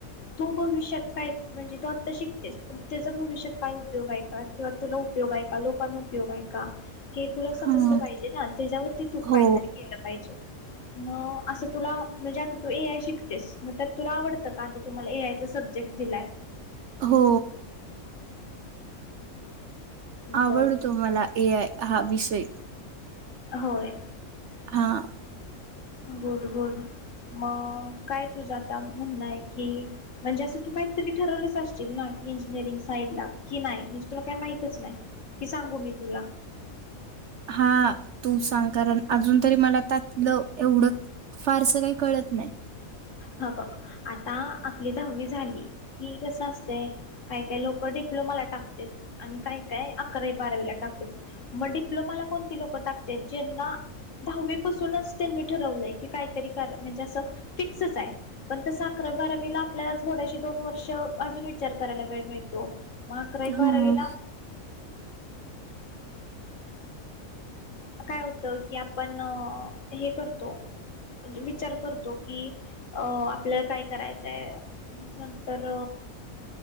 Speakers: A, on the left; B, on the right.
A: तू भविष्यात काय म्हणजे तू आता शिकतेस त्याचा भविष्यात काय उपयोग आहे का किंवा तुला उपयोग आहे का लोक उपयोग आहे का हे तुला समजलं
B: हा
A: पाहिजे ना त्याच्यावरती तू
B: हो
A: काहीतरी केलं पाहिजे मग असं तुला म्हणजे आता तू ए आय शिकतेस मग त्यात तुला आवडतं का आता तुमला ए आयच सध जेक्ट दिलाय
B: हो आवडतो
A: बर
B: मला ए आय हा विषय
A: होय
B: हां
A: गुड गुड मग काय तुझं आता म्हणणंय की म्हणजे असं तू काहीतरी ठरवलंच असशील ना इंजिनिअरिंग साईड ला की नाही म्हणजे तुला काही माहितच नाही की सांगू मी तुला
B: हा तू सांग कारण अजून तरी मला त्यातले एवढं फारस काही कळत नाही
A: ह बघ आता आपली दहावी झाली की कस असतंय काय काय लोक डिपेंड डिप्लोमा ला टाकतात आणि काय काय अकरावी बारावीला टाकतात मग डिप्लोमाला कोणती लोक टाकतात ज्यांना दहावीपासूनच त्यांनी ठरवले काहीतरी म्हणजे असं असंच आहे पण तसा अकरावी बारावीला आपल्याला थोडीशी दोन वर्ष अजून विचार करायला वेळ मिळतो मग अकरावी
B: हम्म
A: बारावीला काय होतं की आपण हे करतो विचार करतो कि अं आपल्याला काय करायचंय नंतर